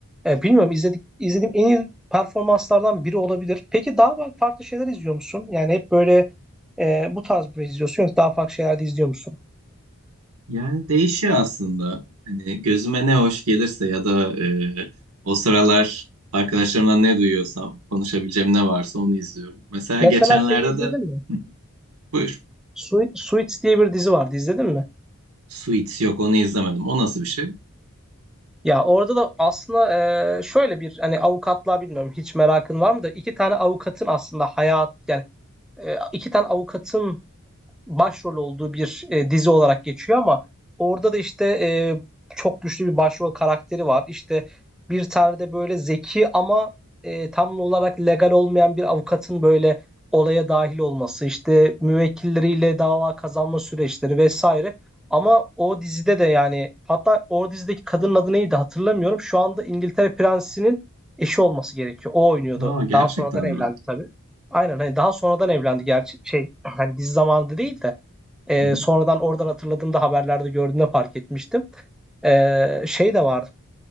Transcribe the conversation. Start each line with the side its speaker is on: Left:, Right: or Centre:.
Centre: e, bilmiyorum izledik, izlediğim en iyi performanslardan biri olabilir. Peki daha farklı şeyler izliyor musun? Yani hep böyle e, bu tarz bir şey izliyorsun yoksa daha farklı şeyler de izliyor musun?
Right: Yani değişiyor aslında. Hani gözüme ne hoş gelirse ya da e, o sıralar arkadaşlarımdan ne duyuyorsam, konuşabileceğim ne varsa onu izliyorum. Mesela
Centre: Mesela
Right: geçenlerde
Centre: şeyi izledin
Right: de
Centre: mi?
Right: Hı, buyur.
Centre: Su- Suits diye bir dizi vardı izledin mi?
Right: Suits yok onu izlemedim. O nasıl bir şey?
Centre: Ya orada da aslında e, şöyle bir hani avukatlığa bilmiyorum hiç merakın var mı da iki tane avukatın aslında hayat yani e, iki tane avukatın başrol olduğu bir e, dizi olarak geçiyor ama orada da işte e, çok güçlü bir başrol karakteri var. İşte bir tane de böyle zeki ama e, tam olarak legal olmayan bir avukatın böyle olaya dahil olması, işte müvekkilleriyle dava kazanma süreçleri vesaire. Ama o dizide de yani hatta o dizideki kadının adı neydi hatırlamıyorum. Şu anda İngiltere Prensi'nin eşi olması gerekiyor. O oynuyordu.
Right: Aa gerçekten
Centre: Daha sonradan evlendi
Right: mi?
Centre: tabii. Aynen hani daha sonradan evlendi gerçi şey hani dizi zamanında değil de. E,
Right: Hı
Centre: sonradan oradan hatırladığımda haberlerde gördüğümde fark etmiştim. E, şey de vardı.